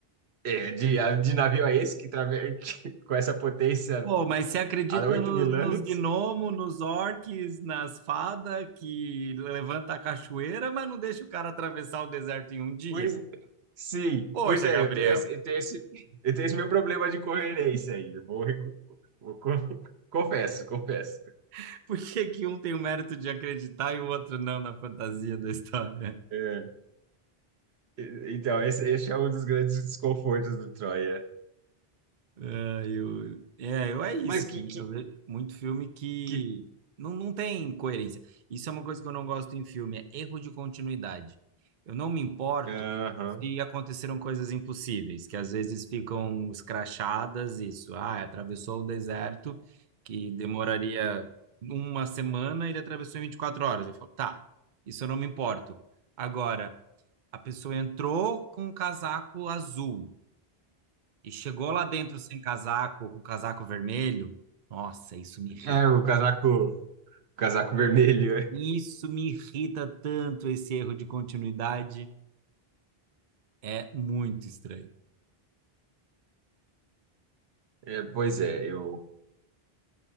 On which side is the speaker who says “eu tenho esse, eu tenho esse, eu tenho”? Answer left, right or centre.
Right